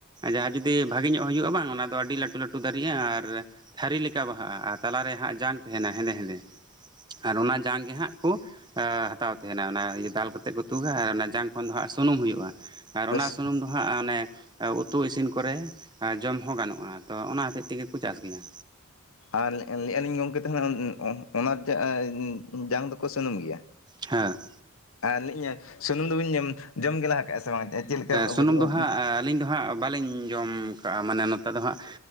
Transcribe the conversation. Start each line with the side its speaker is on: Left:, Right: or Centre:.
Right: ᱡᱟᱦᱟᱸ ᱡᱩᱫᱤ ᱵᱷᱟᱜᱮ ᱧᱚᱜ ᱦᱩᱭᱩᱜᱼᱟ ᱵᱟᱝ ᱚᱱᱟ ᱫᱚ ᱟᱹᱰᱤ ᱞᱟᱹᱴᱩ ᱞᱟᱹᱴᱤ ᱞᱟᱹᱴᱩ ᱫᱟᱨᱮᱜᱼᱟ ᱟᱨ ᱛᱷᱟᱹᱨᱤ ᱞᱮᱠᱟ ᱵᱟᱦᱟᱜᱼᱟ ᱟᱨ ᱛᱟᱞᱟᱨᱮ ᱦᱟᱸᱜ ᱡᱟᱝ ᱛᱟᱦᱮᱱᱟ ᱦᱮᱸᱫᱮ ᱦᱮᱸᱫᱮ᱾ ᱟᱨ ᱚᱱᱟ ᱡᱟᱝᱜ ᱜᱮ ᱦᱟᱸᱜ ᱠᱚ ᱦᱟᱛᱟᱣ ᱛᱟᱦᱮᱱᱟ ᱚᱱᱟ ᱫᱟᱞ ᱠᱟᱛᱮᱫ ᱠᱚ ᱛᱩᱫᱟ ᱟᱨ ᱚᱱᱟ ᱡᱟᱝ ᱠᱷᱚᱱ ᱫᱚ ᱦᱟᱸᱜ ᱥᱩᱱᱩᱢ ᱦᱩᱭᱩᱜᱼᱟ᱾ ᱟᱨ
Left: ᱟᱪᱪᱷᱟ
Right: ᱚᱱᱟ ᱥᱩᱱᱩᱢ ᱫᱚ ᱦᱟᱸᱜ ᱚᱱᱮ ᱩᱛᱩ ᱤᱥᱤᱱ ᱠᱚᱨᱮ ᱡᱚᱢ ᱦᱚᱸ ᱜᱟᱱᱚᱜᱼᱟ ᱛᱚ ᱚᱱᱟ ᱦᱚᱛᱮᱜ ᱛᱮᱜᱮ ᱠᱚ ᱪᱟᱥ ᱜᱮᱭᱟ
Left: ᱟᱨ ᱞᱟᱹᱭᱮᱫᱼᱟ ᱞᱤᱧ ᱜᱚᱝᱠᱮ <inaudible> ᱛᱟᱦᱮᱱᱟ ᱚᱱᱟ ᱛᱮ ᱡᱟᱝ ᱫᱚ ᱠᱚ ᱥᱩᱱᱩᱢ ᱜᱮᱭᱟ
Right: ᱦᱮᱸ
Left: ᱱᱤ ᱤᱭᱟᱹ ᱥᱩᱱᱩᱢ ᱫᱚᱵᱤᱱ ᱧᱮᱢ ᱡᱚᱢ ᱜᱮ ᱞᱟᱦᱟ ᱞᱮᱜ ᱟᱥᱮ ᱵᱟᱝ <unintelligible> ᱵᱩᱡᱷᱟᱹᱜᱼᱟ
Right: ᱥᱩᱱᱩᱢ ᱫᱚ ᱦᱟᱸᱜ ᱟᱹᱞᱤᱧ ᱫᱚ ᱦᱟᱸᱜ ᱵᱟᱹᱞᱤᱧ ᱡᱚᱢ ᱠᱟᱜᱼᱟ ᱾ ᱢᱟᱱᱮ ᱱᱚᱛᱮ ᱫᱚ ᱦᱟᱸᱜ